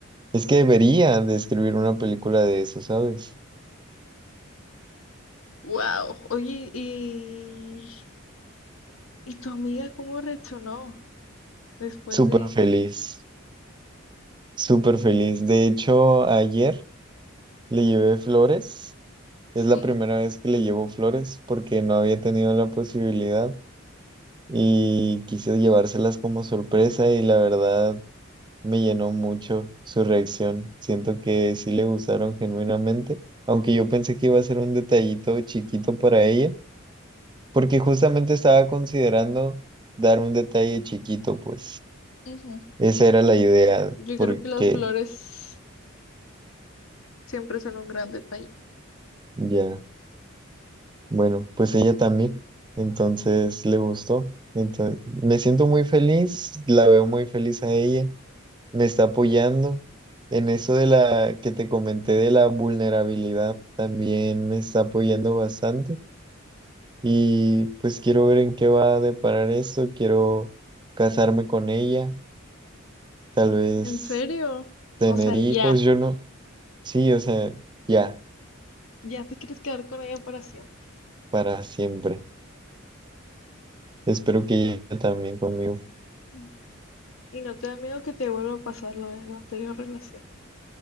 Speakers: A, on the right (about 20°); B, on the left (about 80°).
A: es que debería de escribir una película de eso, ¿sabes?
B: Wow. Oye, ¿y, y tu amiga cómo reaccionó después
A: Súper
B: de,
A: feliz, súper feliz. De hecho, ayer le llevé flores.
B: Sí.
A: Es la primera vez que le llevo flores porque no había tenido la posibilidad y quise llevárselas como sorpresa y la verdad... Me llenó mucho su reacción. Siento que sí le gustaron genuinamente, aunque yo pensé que iba a ser un detallito chiquito para ella, porque justamente estaba considerando dar un detalle chiquito, pues
B: ujú.
A: esa era la idea,
B: Yo
A: porque
B: creo que las flores siempre son un gran detalle.
A: ya, bueno, pues ella también, entonces le gustó. Entonces, me siento muy feliz, la veo muy feliz a ella. me está apoyando. En eso de la que te comenté de la vulnerabilidad, también me está apoyando bastante. Y pues quiero ver en qué va a deparar esto. Quiero casarme con ella, tal vez
B: ¿En serio?
A: tener
B: O sea,
A: hijos,
B: ya.
A: yo no. Sí, o sea, ya,
B: Ya te quieres quedar con ella para siempre.
A: para siempre. Espero que ella también conmigo.
B: Mm. Y no te da miedo que te vuelva a pasar lo de tu anterior relación.